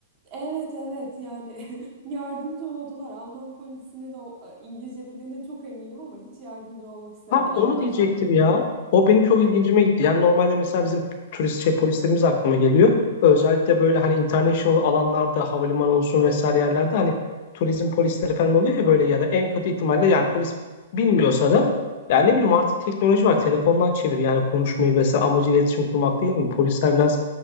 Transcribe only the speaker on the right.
Evet evet yani <laughs> yardımcı oldular. Alman polisinin o e, İngilizce bildiğine çok eminim ama hiç yardımcı olmak istemedi
Almanca
anla.